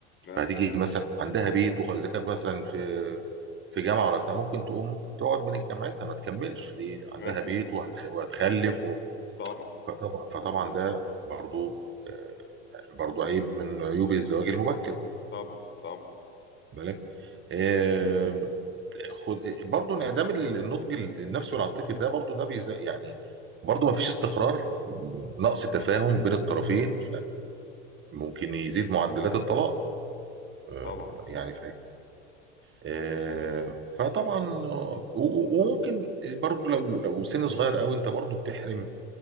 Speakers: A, on the left; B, on the right.
A: بس
B: فهتيجي مثلا عندها بيت وخ- اذا كانت مثلا في في جامعه ولا بتاع ممكن تقوم تقعد من جامعتها ما تكملش دي عندها
A: بس
B: بيت وهتخ- وهتخلف و...
A: طبعا
B: فطبعا فطبعا ده برضو آه، برضو عيب من عيوب الزواج المبكر
A: طبعا طبعا
B: بالك آم، خد برضو انعدام ال- النضج ال- النفسي والعاطفي ده برضو ده بيز... يعني برضو ما فيش استقرار م، نقص تفاهم بين الطرفين فممكن يزيد معدلات الطلاق آم،
A: طبعا
B: يعني آه، فطبعا آه، و- و- وممكن برضو لو لو سن صغير قوي انت برضو بتحرم